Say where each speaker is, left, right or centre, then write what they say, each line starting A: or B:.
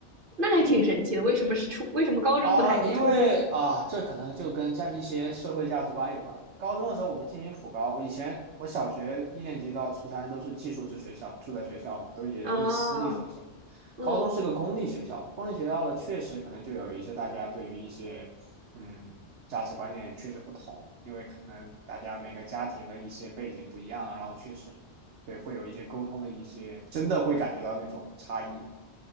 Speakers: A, on the right (about 50°); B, on the right (about 75°).
A: 那还挺神奇的。
B: 也
A: 为什么是初？为什么高中不太有，
B: 啊，因为啊，
A: 初中？
B: 这可能就跟价一些社会价值观有关了。高中的时候我们进行普高，我以前我小学一年级到初三都是寄宿制学校，住在学校嘛，都也都是私立学校。
A: 啊？嗯，
B: 高中是个公立学校，公立学校呢，确实可能就有一些大家对于一些嗯价值观念确实不同，因为可能大家每个家庭的一些背景不一样，然后确实对会有一些沟通的一些，真的会感觉到那种差异的。